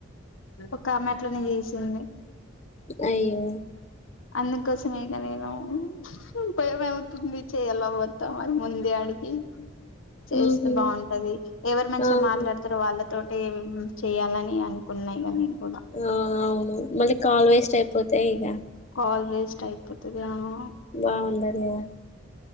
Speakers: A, on the left; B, on the left.
A: ఒక ఆమె అట్లనే చేసింది
B: అయ్యో
A: అందుకోసమ ఇగ నేను భయం అవుతుంది చెయ్యాలా వద్దా మరి ముందే అడిగి చేస్తే
B: ఉహు
A: బాగుంటది ఎవరు మంచిగా
B: అవును
A: మాట్లాడతారో వాళ్ళతో ఏమేమ్ చేయాలని అనుకున్నా ఇగ నేను కూడా
B: ఆ అవును మళ్లీ కాల్ వేస్ట్ అయిపోతయి ఇగ
A: కాల్ వేస్ట్ అయిపోత ఏమో
B: బాగుండదు కదా